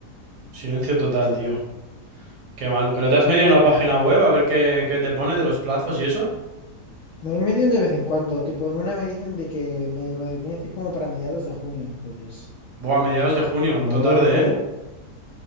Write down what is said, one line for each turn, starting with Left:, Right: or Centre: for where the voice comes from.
Right: silencio total,
Left: Sí,
Right: tío.
Left: bastante.
Right: Qué mal. ¿Pero te has metido en la
Left: Eh,
Right: página web a ver qué, qué te pone de los plazos y eso?
Left: me meten de vez en cuando. Tipo, en una me dicen de que me lo deberían decir como para mediados de junio. Entonces,
Right: Buah, mediados de junio,
Left: a
Right: todo
Left: ver
Right: tarde,
Left: cómo.
Right: ¿eh?